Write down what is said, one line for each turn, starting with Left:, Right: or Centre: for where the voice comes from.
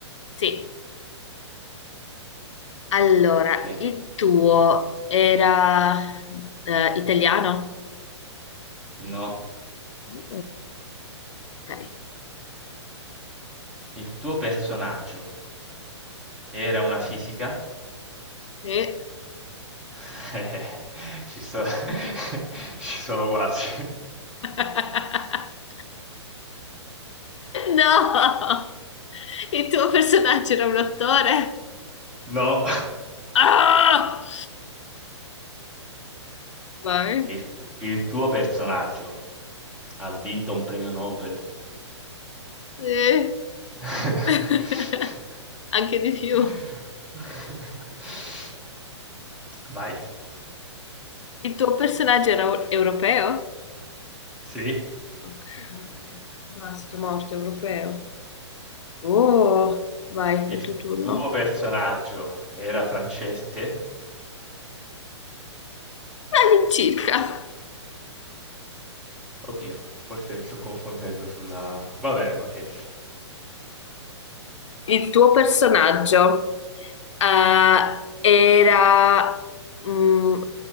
Left: Sì. Allora,
Centre: Ok.
Left: il tuo era eh, italiano?
Centre: No.
Left: Mm, ok.
Centre: Il tuo personaggio era una fisica?
Left: Sì.
Centre: <laughs> Eh, Ci sto <laughs> ci sono quasi.
Left: <laughs> No! Il tuo personaggio era un attore?
Centre: No.
Left: Ah! Vai.
Centre: Il t il tuo personaggio ha vinto un premio Nobel?
Left: Sì.
Centre: <laughs>
Left: <laughs> Anche di più.
Centre: Vai.
Left: Il tuo personaggio era europeo?
Centre: Sì.
Left: Ok. Maschio morto europeo. Oh, vai,
Centre: Il
Left: è il tuo turno.
Centre: tuo personaggio era francese?
Left: All'incirca.
Centre: Oddio, forse mi sto confondendo sulla... Va bene, ok.
Left: Il tuo personaggio eh, era... mm,